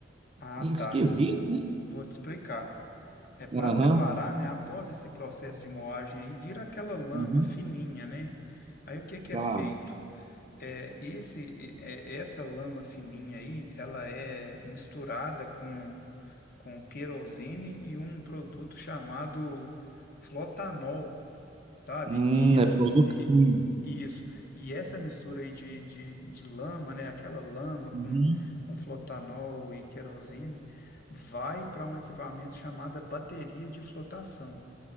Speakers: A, on the left; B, on the right.
A: Ah,
B: é
A: tá.
B: esquisito, né?
A: Vou te explicar. É para
B: Aham,
A: separar, né? Após esse processo de moagem aí, vira aquela lama
B: uhum,
A: fininha, né? Aí o que que
B: sei
A: é feito?
B: lá.
A: É, esse, é, essa lama fininha aí, ela é misturada com com querosene e um produto chamado flotanol, sabe?
B: Hum,
A: E isso,
B: é produto
A: e,
B: químico.
A: e isso, e essa mistura aí de, de, de lama, né? Aquela lama
B: Uhum.
A: com, com flotanol e querosene vai para um equipamento chamado bateria de flotação.